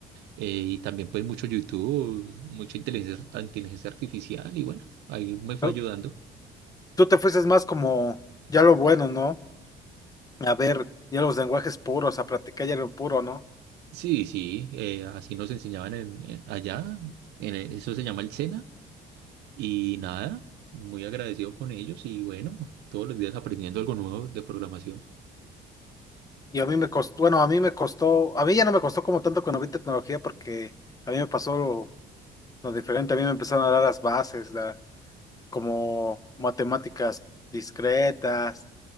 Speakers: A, on the right; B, on the left.
A: Eh, y también pues mucho YouTube, mucha inteligencia, inteligencia artificial y bueno, ahí me fue
B: ¿No?
A: ayudando.
B: Tú te fuiste más como ya lo bueno, ¿no? A ver, ya los lenguajes puros, a practicar ya lo puro, ¿no?
A: Sí, sí, eh, así nos enseñaban en, en- allá, en e- eso se llama el SENA, y nada, muy agradecido con ellos y bueno, <laughs> todos los días aprendiendo algo nuevo de programación.
B: Y a mí me costó, bueno, a mí me costó, a mí ya no me costó como tanto cuando vi tecnología porque a mí me pasó lo, lo diferente, a mí me empezaron a dar las bases, la- como matemáticas discretas,